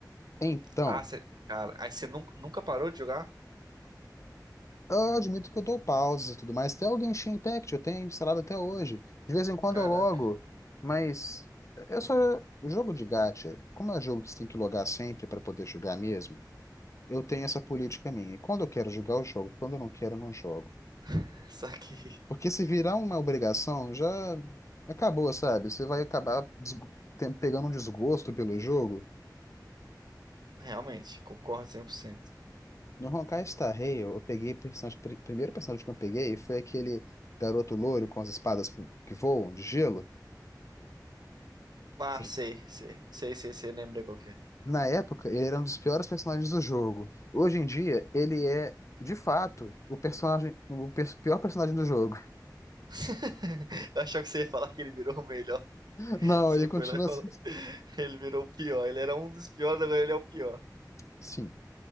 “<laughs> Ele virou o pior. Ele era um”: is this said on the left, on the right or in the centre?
Right